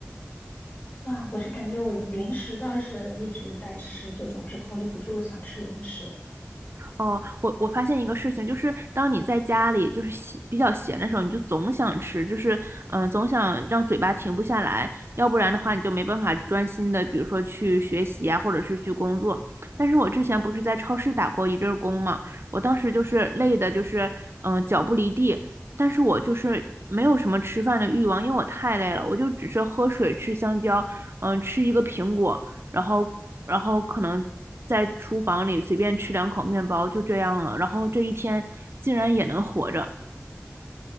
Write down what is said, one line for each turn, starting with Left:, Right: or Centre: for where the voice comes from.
Left: 啊，我是感觉我零食倒是一直在吃，就总是控制不住想吃零食。
Right: 哦，我我发现一个事情，就是当你在家里就是闲比较闲的时候，你就总想吃，就是嗯、呃总想让嘴巴停不下来，要不然的话你就没办法专心的，比如说去学习啊，或者是去工作。但是我之前不是在超市打过一阵儿工嘛，我当时就是累的，就是嗯、呃脚不离地，但是我就是没有什么吃饭的欲望，因为我太累了，我就只是喝水、吃香蕉，嗯、吃一个苹果。然后然后可能在厨房里随便吃两口面包，就这样了。然后这一天竟然也能活着，